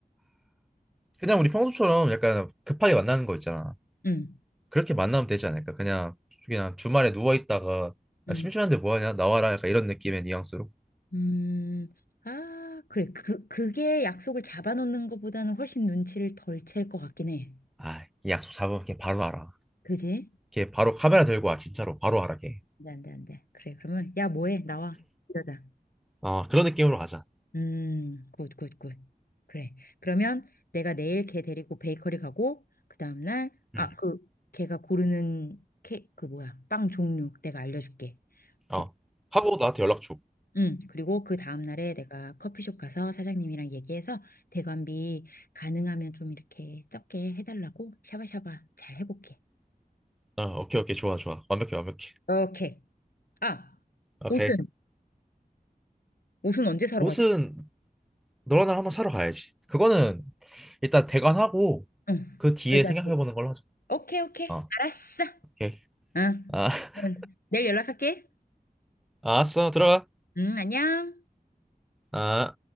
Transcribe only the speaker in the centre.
그냥 우리 평소처럼 약간 급하게 만나는 거 있잖아.
그렇게 만나면 되지 않을까? 그냥 그냥 주말에 누워 있다가
아, 심심한데 뭐 하냐? 나와라. 약간 이런 느낌의 뉘앙스로.
아, 이 약속 잡으면 걔 바로 알아.
걔 바로 카메라 들고 와. 진짜로 바로 알아 걔.
어, 그런 느낌으로 가자.
응.
어. 하고 나한테 연락 줘.
어, 오케이 오케이 좋아 좋아. 완벽해 완벽해.
오케이.
옷은
너랑 나랑 한번 사러 가야지. 그거는 일단 대관하고
그 뒤에
생각해보는
걸로 하자.
어,
오케이.
아, <laughs>
알았어, 들어가.
아.